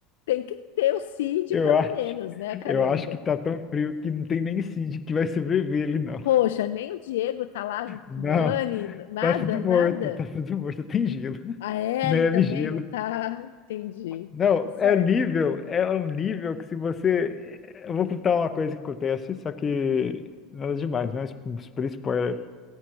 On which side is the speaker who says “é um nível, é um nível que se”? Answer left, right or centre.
Left